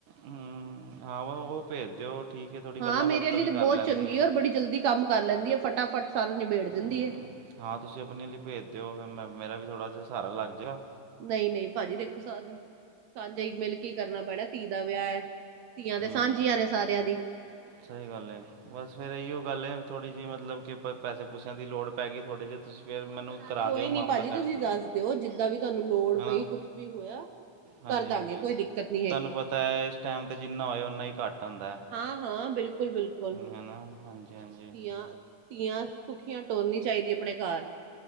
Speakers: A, on the right; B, on the right.
A: ਹਮ ਹਾਂ ਵਾ ਉਹ ਭੇਜ ਦਿਓ ਠੀਕ ਹੈ ਥੋੜ੍ਹੀ
B: ਹਾਂ
A: ਗੱਲਾਂ
B: ਮੇਰੇ
A: ਬਾਤਾਂ
B: ਆਲੀ
A: ਵੀ
B: ਤਾਂ
A: ਕਰ
B: ਬਹੁਤ
A: ਲੈਂਦੀ
B: ਚੰਗੀ
A: ਹੈ
B: ਔਰ ਬੜੀ ਜਲਦੀ ਕੰਮ ਕਰ ਲੈਂਦੀ ਏ ਫਟਾਫਟ ਸਾਰਾ ਨਿਬੇੜ ਦਿੰਦੀ
A: ਹੂੰ
B: ਏ।
A: ਹਾਂ ਤੁਸੀਂ ਆਪਣੇ ਲਈ ਭੇਜ ਦੇਓ ਫੇਰ ਮੈਂ ਮੇਰਾ ਵੀ ਥੋੜ੍ਹਾ ਜਿਹਾ ਸਾਰਾ ਲੱਗ ਜੇਗਾ।
B: ਨਹੀਂ ਨਹੀਂ ਭਾਜੀ ਦੇਖੋ ਸ ਸਾਂਝ ਮਿਲ ਕੇ ਕਰਨਾ ਪੈਣਾਾ ਧੀ ਦਾ ਵਿਆਹ ਹੈ। ਧੀਆਂ ਤੇ
A: ਹੂੰ
B: ਸਾਂਝੀਆਂ ਨੇ ਸਾਰਿਆਂ ਦੀ।
A: ਸਹੀ ਗੱਲ ਏ ਬਸ ਫੇਰ ਇਹੀਓ ਗੱਲ ਏ ਥੋੜ੍ਹੀ ਜਿਹੀ ਮਤਲਬ ਪੈੇਸੇ ਪੂਸਿਆਂ ਦੀ ਲੋੜ ਪੈਗਈ ਥੋੜ੍ਹੇ ਜਹੇ ਤੁਸੀਂ ਫੇਰ ਮੈਨੂੰ ਕਰਾ
B: ਕੋਈ
A: ਦਿਓ ਮਾਮਲਾ
B: ਨੀ ਭਾਜੀ
A: ਸੈੱਟ
B: ਤੁਸੀਂ
A: ਥੋੜ੍ਹਾ।
B: ਦੱਸ ਦਿਓ ਜਿੱਦਾਂ ਵੀ ਤੁਹਾਨੂੰ ਲੋੜ
A: ਜਿਹਾ
B: ਪਈ
A: ਹੈਨਾ
B: ਕੁਛ ਵੀ ਹੋਇਆ
A: ਹਾਂਜੀ
B: ਕਰ
A: ਹਾਂਜੀ
B: ਦਾਂਗੇ ਕੋਈ ਦਿੱਕਤ ਨੀ ਹੈਗੀ।
A: ਤੁਹਾਨੂੰ ਪਤਾ ਹੈ ਇਸ ਟਾਈਮ ਤੇ ਜਿੰਨਾ ਹੋਏ ਉਨਾ ਹੀ ਘੱਟ ਹੁੰਦਾ ਹੈ।
B: ਹਾਂ-ਹਾਂ ਬਿਲਕੁਲ-ਬਿਲਕੁਲ।
A: ਹੈ ਨਾ ਹਾਂਜੀ ਹਾਂਜੀ
B: ਧੀਆਂ ਤੀਆਂ ਭੱਖੀਆਂ ਟੋਰਨੀ ਚਾਹੀਦੀ ਆਪਣੇ ਘਰ।